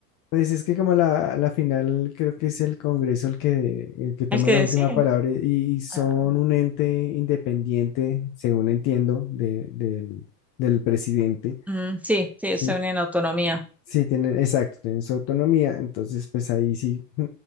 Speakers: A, on the left (about 40°); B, in the centre.
A: pues es que como la, la final creo que es el Congreso el que, el que toma
B: El que
A: la
B: decide.
A: última palabra y, y son
B: Ah,
A: un ente independiente, según entiendo, de- del del presidente.
B: mm, sí, sí,
A: Sí,
B: eso en autonomía.
A: Sí, tienen, exacto, tienen su autonomía, entonces pues ahí sí, <laughs>